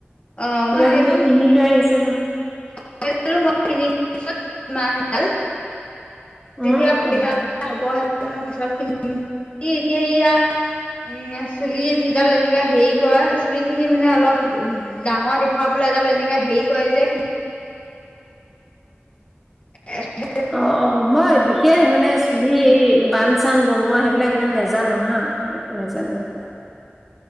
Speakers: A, on the left (about 30°); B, in the centre.
A: অ
B: কিবা-কিবি
A: মই সেইটো
B: কিনি
A: শিকিলো
B: লৈ আহিছে নহয়।
A: <unintelligible> যেতিয়া
B: উম উম
A: পইচা
B: উম
A: হ'ব সেই দুডাল মই পিছত কিনিম, ই এতিয়া ইয়া উম, চুলি যিডাল এনেকে হেৰি কৰে, চুলি খিনি মানে অলপ উম ডাঙৰ দেখুৱাবলে এডাল এনেকে হেৰি কৰে যে <unintelligible>
B: অ অ, মই বিশেষ মানে চুলিৰ এই বান-চান বনোৱাে সেই বিলাক ইমান নেজানো হা, একো নাজানো সেইবিলাক।